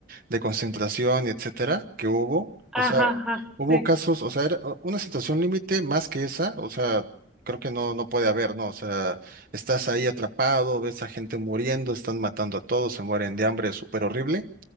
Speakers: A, on the right; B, in the centre.
A: de concentración y etcétera que hubo.
B: Ajá,
A: O sea,
B: ajá,
A: hubo
B: sí.
A: casos, o sea, era una situación límite más que esa, o sea, creo que no, no puede haber, ¿no? O sea, estás ahí atrapado, ves a gente muriendo, están matando a todos, se mueren de hambre, súper horrible.